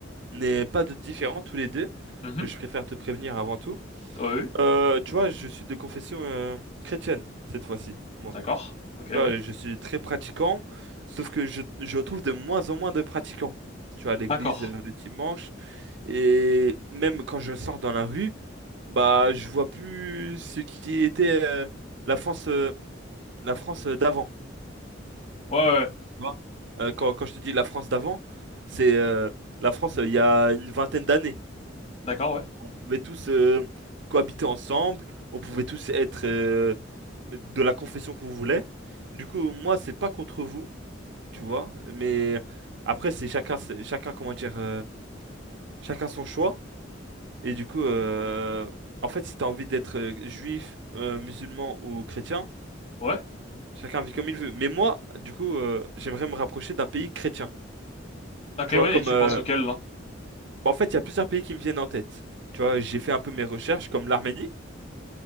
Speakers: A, on the right; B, on the left.
A: n'est pas de différents tous les deux.
B: Mhm.
A: Je préfère te prévenir avant tout.
B: Ouais, ouais.
A: Euh, tu vois, je suis de confession euh, chrétienne cette fois-ci, moi.
B: D'accord. Ok,
A: Tu
B: ouais.
A: vois, je suis très pratiquant, sauf que je, je trouve de moins en moins de pratiquants. Tu vois, à l'église
B: D'accord.
A: euh, le dimanche, et même quand je sors dans la rue, bah, je vois plus ce qui était euh, la France, euh, la France euh, d'avant.
B: Ouais, ouais.
A: tu vois. Euh, quand, quand je te dis la France d'avant, c'est euh, la France euh, il y a une vingtaine d'années.
B: D'accord, ouais.
A: On pouvait tous euh, cohabiter ensemble, on pouvait tous être euh, de la confession qu'on voulait. Du coup, moi, c'est pas contre vous, tu vois, mais après, c'est chacun, c'est- chacun, comment dire, euh, chacun son choix. Et du coup, euh, en fait, si t'as envie d'être euh, juif, euh, musulman ou chrétien,
B: Ouais.
A: chacun vit comme il veut. Mais moi, du coup, euh, j'aimerais me rapprocher d'un pays chrétien.
B: Ok,
A: Tu vois,
B: ouais.
A: comme,
B: Et tu
A: euh,
B: penses auquel, là?
A: Bah, en fait, il y a plusieurs pays qui me viennent en tête. Tu vois, j'ai fait un peu mes recherches, comme l'Arménie.